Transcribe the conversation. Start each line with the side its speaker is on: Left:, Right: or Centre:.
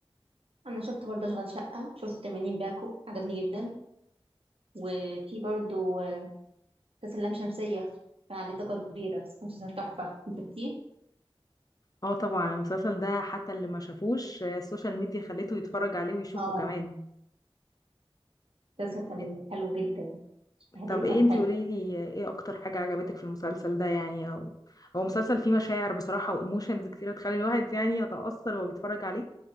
Right: أنا شفت برضه أشغال شقة شفت 80 باكو عجبني جدا وفي برضه آه، مسلسل لام شمسية كان عليه ضجة كبيرة بس مسلسل تحفة انت شفتيه؟
Left: اه طبعا المسلسل ده حتى اللي ما شافوش آه، السوشيال ميديا خليته يتفرج عليه ويشوفه
Right: اه
Left: كمان
Right: المسلسل كان
Left: إيه،
Right: حلو جدا تحضيره
Left: طب ايه
Right: كان
Left: انتي
Right: حلو
Left: قوليلي آه، ايه اكتر حاجة عجبتك في المسلسل ده يعني او هو مسلسل فيه مشاعر بصراحة وايموشنز كتيرة تخلي الواحد يعني يتأثر وهو بيتفرج عليه